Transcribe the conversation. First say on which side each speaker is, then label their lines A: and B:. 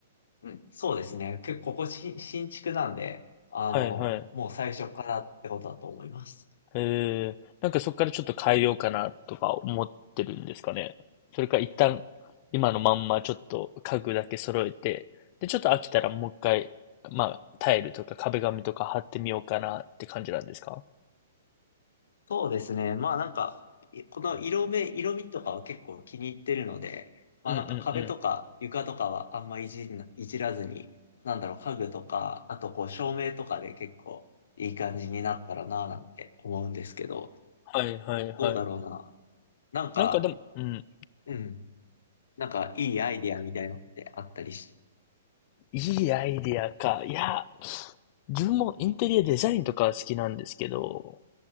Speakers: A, on the left; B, on the left.
A: うん、そうですね。結構ここ新、新築なんで、あの、
B: はいはい。
A: もう最初からってことだと思います。
B: えー、なんかそこからちょっと変えようかなとか思ってるんですかね。それか一旦今のまんまちょっと家具だけ揃えて、で、ちょっと飽きたらもう一回、まあ、タイルとか壁紙とか貼ってみようかなって感じなんですか
A: そうですね。まあなんか、いこの色目、色味とかは結構気に入ってるので、まあなんか壁とか床とかはあんまいじんな、
B: うんうんうん。
A: いじらずに、なんだろう、家具とか、あとこう照明とかで結構いい感じになったらなぁなんて思うんですけど、
B: はいはいはい。
A: どうだろうな。なんか、
B: なんかでも、うん、
A: うん、なんかいいアイディアみたいのってあったりし、
B: いいアイディアか。いや、自分もインテリアデザインとかは好きなんですけど、